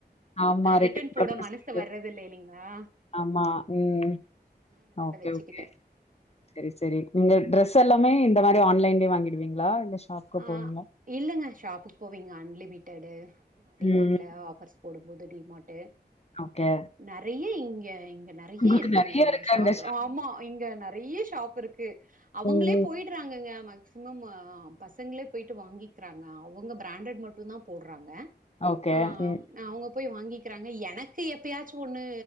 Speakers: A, on the left; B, on the right.
A: ஆமா.
B: ஆ
A: ரிட்டர்ன்
B: ரிட்டன் போட
A: ப்ராசஸ்
B: மனசு
A: இருக்கு.
B: வர்றது இல்ல இல்லைங்களா
A: ஆமா. ம்.
B: நா அதனால
A: ஓகே,
B: வச்சுக்கிட்டே
A: ஓகே. சரி சரி உங்க ட்ரஸ் ஸ் எல்லாமே இந்த மாரி ஆன்லைன்லே வாங்கிடுவீங்களா இல்ல ஷாப்க்கு
B: ஆ
A: போவீங்களா?
B: இல்லங்க ஷாப்புக்கு போவீங்க அன்லிமிட் எட்டடை டிமார்ட்ல
A: ம்.
B: ஆஃபர்ஸ் போடும்போது டிமாட்டே ஆ
A: ஓகே.
B: இப்ப நெறய இ கேரிங் நெறய
A: உங்களுக்கு
B: இருக்குங்க
A: நெறைய
B: இங்க
A: இருக்கா
B: ஷாப்
A: இந்த
B: ஆமா இங்க நெறய ஷாப் கே அவுங்களே
A: ம், ம்.
B: போயிடறாங்கங்க ம சிமம்மா பசங்களே போய்ட்டு வாங்கிக்கிறாங்க அவுங்க பிராண்டட் மட்டும் தான் போடுறாங்க
A: ஓகே.
B: ஆ
A: ம்,
B: அவுங்க போய் வாங்கிக்கிறாங்க எனக்கு எப்பயாச்சும் ஒன்று